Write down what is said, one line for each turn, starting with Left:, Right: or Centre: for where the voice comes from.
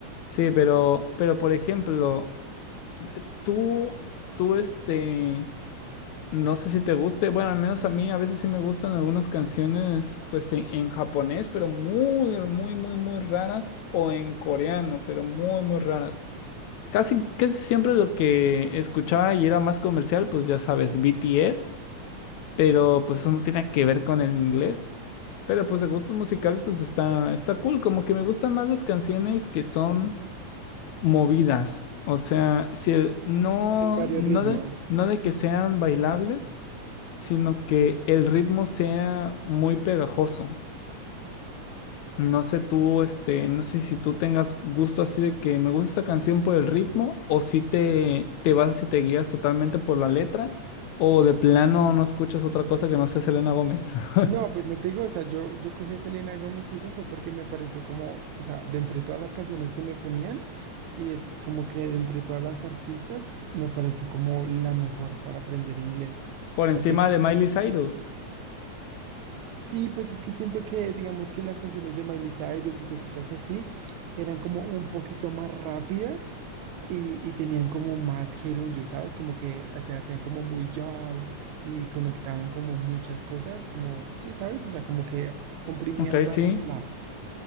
Left: Sí, pero, pero por ejemplo, tú, tú este... No sé si te guste, bueno, al menos a mí a veces sí me gustan algunas canciones pues en, en japonés, pero muy, muy, muy, muy raras, o en coreano, pero muy, muy raras. Casi, casi siempre lo que escuchaba y era más comercial, pues ya sabes, BTS, pero pues eso no tiene que ver con el inglés. Pero pues de gustos musicales pues está, está cool, como que me gustan más las canciones que son movidas, o sea, si el- no,
Right: Tienen varios
Left: no
Right: ritmos.
Left: de, no de que sean bailables sino que el ritmo sea muy pegajoso. No sé tú, este, no sé si tú tengas gusto así de que me gusta esta canción por el ritmo, o si te, te vas y te guías totalmente por la letra, o de plano no escuchas otra cosa que no sea Selena Gómez.
Right: No,
Left: <laughs>
Right: pues no te digo, o sea, yo, yo cogí a Selena Gómez y eso fue porque me pareció como, o sea, de entre todas las canciones que me ponían y de- como que de entre todas las artistas me pareció como la mejor para aprender inglés.
Left: Por
Right: O
Left: encima
Right: sea, te
Left: de Miley Cyrus.
Right: Sí, pues es que siento que, digamos que las canciones de Miley Cyrus y cositas así eran como un poquito más rápidas y, y tenían como más gerundio, ¿sabes? Como que se hacían como muy yol y conectaban como muchas cosas, como, sí, ¿sabes? O sea, como que comprimían
Left: Ok,
Right: todas
Left: sí.
Right: las palabras.